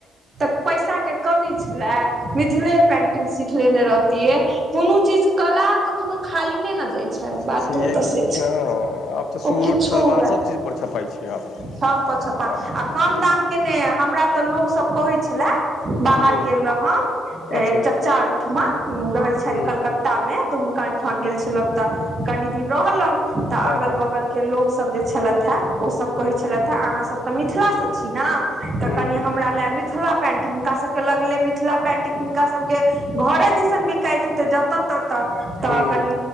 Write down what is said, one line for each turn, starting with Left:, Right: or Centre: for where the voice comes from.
Right: तऽ पैसा के कमी छला मिथिले पेंटिंग सिखलेने रह ते कोनो चीज कला कखनो खाली ने न जाय अच्छा बाते
Left: छैहे
Right: त से
Left: कि
Right: छैय
Left: हँ आब तऽ
Right: ओ
Left: सूट
Right: किछो
Left: सलवार
Right: हुए।
Left: सभ चीजपर छपाइ छै आब
Right: छ प छप्पा
Left: हूँ
Right: आ कम दाम के ने हमरा तऽ लोकसभ कहै छला बाहर
Left: हूँ
Right: गेल रहौं एक
Left: अच्छा
Right: चचा ओयठमा रहै छथि
Left: हूँ
Right: कलकता ता मे तऽ हुनका ओइठमा गेल छलहुॅं तऽ कनी दिन रहलहुं तऽ
Left: हँ
Right: अगल
Left: हँ
Right: बगल के लोकसभ जे छलथि हा ओसभ
Left: हूँ
Right: कहै छलथि हा अहाँसभ तऽ मिथिलासँ छी न
Left: हूँ
Right: कनि
Left: हूँ
Right: हमरा ले मिथिला पेंटिंग हुनका सब के लगले मिथिला पेंटिंग हुनका सबके घरे दिसन बिकाइत हेेतय जतऽ ततऽ तऽ तऽ
Left: हूँ
Right: कनि